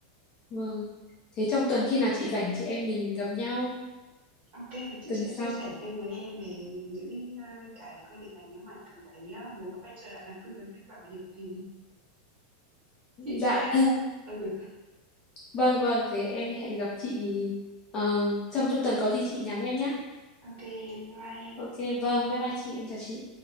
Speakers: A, on the left (about 20°); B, on the right (about 40°).
A: Vâng. Thế trong tuần khi nào chị rảnh chị em mình gặp nhau
B: ok và chị
A: tuần
B: sẽ
A: sau.
B: chia sẻ thêm với em về những, a, cái công việc này nếu mà em cảm thấy, a, muốn quay trở lại làm tư vấn viên bảo hiểm thì <laughs> chị sẽ,
A: Dạ.
B: ừ,
A: Vâng vâng, thế em hẹn gặp chị ờ, trong trong tuần có gì chị nhắn em nhé.
B: ô kê, bye bye em.
A: Ok, vâng, bye bye chị, em chào chị.